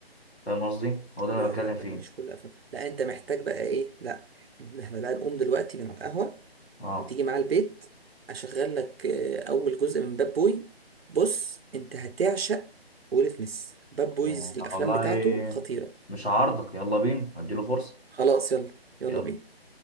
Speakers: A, on the left; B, on the right.
A: فاهم قصدي هو ده
B: لا
A: اللي انا بتكلم
B: لا لا
A: فيه
B: مش كل افلام لا انت محتاج بقى ايه لا احنا بقى نقوم دلوقتي من على القهوة
A: اه
B: وتيجي معاه البيت اشغل لك آه، اول جزء من باد بوي بص انت هتعشق ويل سميث باد بويز
A: يا
B: الافلام
A: والله
B: بتاعته خطيرة
A: مش عارضك يلا بينا اديله فرصه
B: خلاص يلا يلا
A: يلا
B: بينا